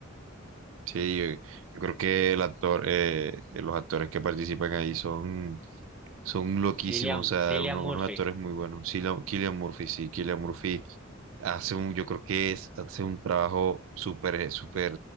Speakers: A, on the right (about 70°); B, in the centre.
A: Sí, yo, yo creo que el actor, eh, los actores que participan ahí son, son loquísimos,
B: Cillian,
A: o sea,
B: Cillian
A: uno-
B: Murphy.
A: unos actores muy buenos. Sí, la- Cillian Murphy, sí, Cillian Murphy hace un, yo creo que es, hace un trabajo súper, eh, súper,